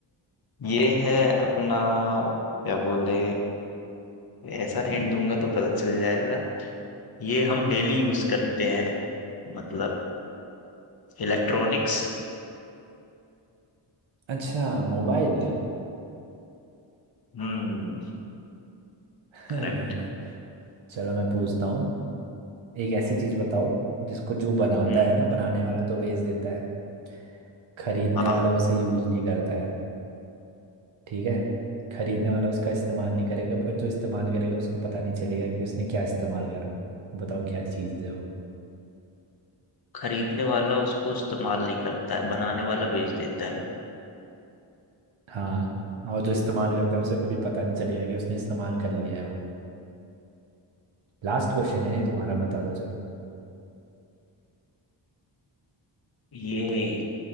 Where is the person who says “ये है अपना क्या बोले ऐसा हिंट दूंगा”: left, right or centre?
Left